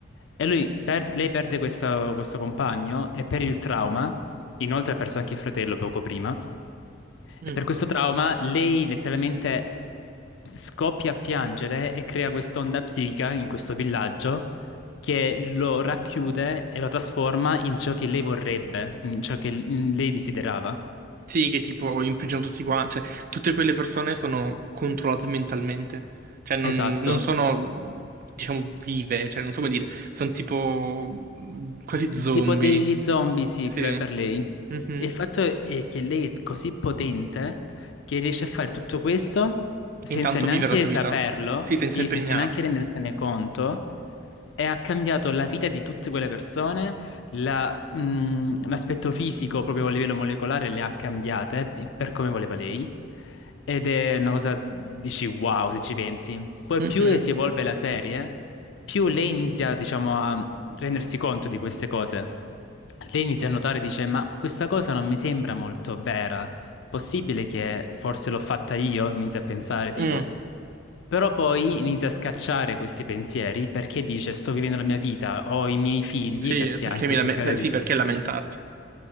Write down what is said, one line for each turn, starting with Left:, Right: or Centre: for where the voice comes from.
Left: E lui per- lei perde questo, questo compagno e per il trauma, inoltre ha perso anche il fratello poco prima,
Right: Mm.
Left: e per questo trauma lei letteralmente scoppia a piangere e crea quest'onda psichica in questo villaggio che lo racchiude e lo trasforma in ciò che lei vorrebbe, in ciò che l- lei desiderava.
Right: Sì, che tipo imprigionano tutti quanti. Cioè, tutte quelle persone sono controllate mentalmente. Cioè, non,
Left: Esatto.
Right: non sono, diciamo, vive. Cioè, non so come dire. Sono tipo mm, quasi zombie.
Left: Tipo degli zombie, sì,
Right: Sì.
Left: cre- per lei.
Right: Mhm.
Left: E il fatto è che lei è così potente che riesce a fare tutto questo senza
Right: E intanto
Left: neanche
Right: vive la sua
Left: saperlo,
Right: vita. Sì, senza
Left: sì,
Right: impegnarsi.
Left: senza neanche rendersene conto e ha cambiato la vita di tutte quelle persone, la- mh, l'aspetto fisico proprio a livello molecolare le ha cambiate per come voleva lei. Ed è una cosa, dici wow, se ci pensi. Poi
Right: Mhm.
Left: più si evolve la serie, più lei inizia, diciamo, a rendersi conto di queste cose. Lei inizia a notare, dice, ma questa cosa non mi sembra molto vera. Possibile che forse l'ho fatta io? Inizia a pensare, tipo.
Right: Mm.
Left: Però poi inizia a scacciare questi pensieri perché dice sto vivendo la mia vita, ho i miei figli,
Right: Sì,
Left: perché
Right: perché
Left: anche
Right: mi lame-
Left: se crea
Right: per-
Left: dei
Right: sì,
Left: due
Right: perché
Left: figli,
Right: lamentarsi?